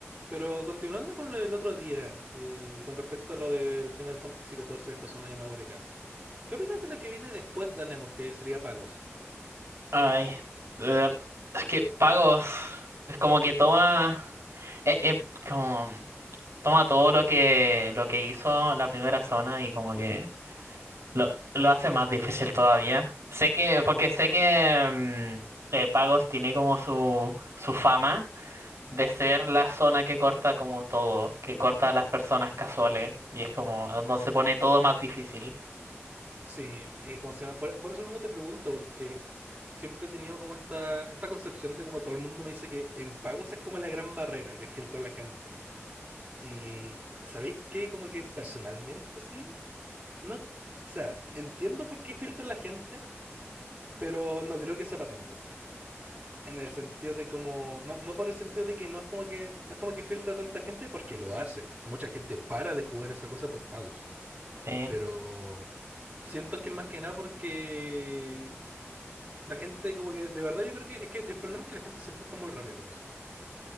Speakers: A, on the right; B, on the right.
A: Pero continuando con lo del otro día, eh, con respecto a lo del Final Fantasy XIV de esta zona llamada Eureka, ¿qué opinas de la que viene después de Anemos, que sería Pagos?
B: Ay, de ver- es que pagos es como que toma, eh, eh, como toma todo lo que lo que hizo la primera zona y como que lo, lo hace más difícil todavía. Sé que, porque sé que mm, eh, Pagos tiene como su, su fama de ser la zona que corta como todo, que corta a las personas casuales y es como donde se pone todo más difícil.
A: Sí, eh, ¿cómo se llama? Por, por eso mismo te pregunto, porque siempre he tenido como esta, esta concepción de como todo el mundo me dice que en Pagos es como la gran barrera que filtra la gente. Y, ¿sabéis qué? Como que personalmente sí, no, o sea, entiendo por qué filtra la gente, pero no creo que sepa tanto. En el sentido de como, no, no por el sentido de que no es como que, no es como que filtra tanta gente porque lo hace. Mucha gente para de jugar esa cosa por pagos.
B: Sí.
A: Pero siento que es más que nada porque la gente como que, de verdad yo creo que es que el problema es que la gente se frustra muy rápido con eso.